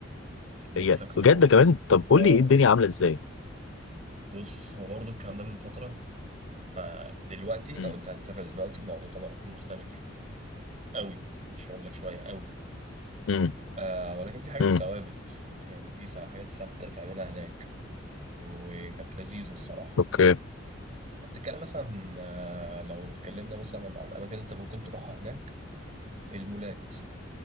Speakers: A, on the right; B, on the left.
A: نفسك
B: هي
A: تروحها
B: بجد كمان طب قول
A: اه آه.
B: لي ايه الدنيا عامله ازاي
A: بص هو برضه الكلام ده من فترة فدلوقتي
B: امم
A: لو أنت هتسافر دلوقتي الموضوع طبعا هيكون مختلف أوي مش هقول لك شوية أوي
B: امم
A: آه ولكن في حاجات
B: امم
A: ثوابت يعني في سا- حاجات ثابتة تعملها هناك وكانت لذيذة الصراحة
B: اوكي
A: هتتكلم مثلا آه، لو اتكلمنا مثلا على الأماكن اللي أنت ممكن تروحها هناك المولات